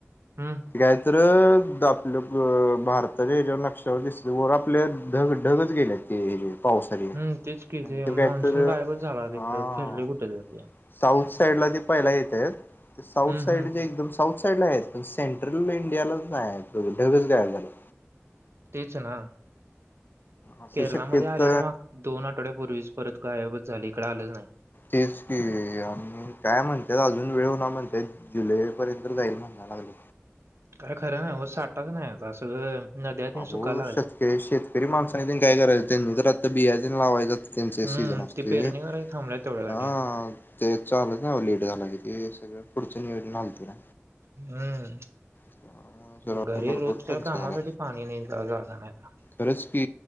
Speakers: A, on the right; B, on the left.
A: हम्म
B: काय तर त आपलं भारताच्या ह्याच्यावर नक्षावर दिसलं, वर आपल्या ढग, ढगच गेल्या ते पाऊसा नी आणि
A: हम्म तेच की ते
B: तिथे
A: मान्सून
B: काय तर,
A: गायबच झाला तिकडं
B: हा
A: फिरले कुठे दरती या
B: साऊथ साईड ला ते पहियला येतंय, ते साऊथ
A: हम्म
B: साईड
A: हम्म
B: च्या एकदम साऊथ साईड ला आहेत, पण सेंट्रल व्हीव् इंडियालाच नाही आहेत ढगच गायब झालेत.
A: तेच ना,
B: असू
A: केरला
B: शक्यत
A: मध्ये आलेला माग दोन आठवड्यापूर्वीच परत गायबच झाली इकडं आलंच नाय.
B: तेच की, आन् काय म्हणत्यात अजून वेळ ना म्हणत्यात जुलै पर्यंत जाईल म्हणाय लागले.
A: काय खरं नाय म साठाच नाही आता सगळं नद्या तेन
B: अहो,
A: सुकायला लागल्यात
B: शेतकरी- शेतकरी माणसांन त्यानी काय करायचं, त्यांनी तर आता बिया तेन लावायचं त्यांचे
A: हम्म
B: सीजन असतोय,
A: ती पेरणी कराय थांबल्यात तेवढ्यासाठी
B: हा ते चालत नाही ना लेट झालं कि ते सगळं पुढचं नियोजन हलतयं ना.
A: हम्म,
B: <unintelligible>
A: घरी
B: भरपूर
A: रोजच्या
B: टंचाई
A: कामासाठी
B: झाल्या.
A: पाणी नाही जागा नाहीता.
B: खरंच की